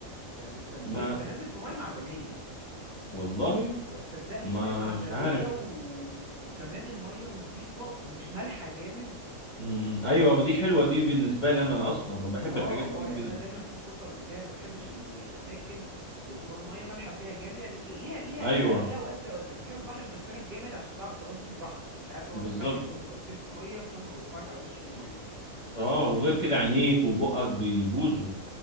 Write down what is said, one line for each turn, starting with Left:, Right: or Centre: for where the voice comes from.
Right: فاهم انت المي
Left: ما
Right: انت نازل في ميه معدنيه
Left: والله
Right: وصدقني
Left: ما
Right: ميه معدنيه
Left: مش عارف
Right: و... وكمان الميه نظيفه ومش مالحه جامد
Left: امم
Right: فاهمني
Left: ايوه دي حلوه دي بالنسبه لي انا اصلا أنا بحب
Right: اه
Left: الحاجات دي
Right: اه يعني
Left: كده
Right: انا دايما في السفر بتاعي ما بحبش ال- الاماكن اللي بتبقى الميه مالحه فيها جامد يعني ليها ليها
Left: ايوه
Right: ليها ليها اوقات وليها اوقات بس بحب البحر اللي مبقاش مالح جامد عشان تعرف تعوم فيه براحتك انت عارف طبعا
Left: بالظبط
Right: الملح كل ما بيبقى كتير في الميه كل ما بيرفعك على وش الميه
Left: اه وغير
Right: فاهمني
Left: كده عينيك وبقك بيبوظوا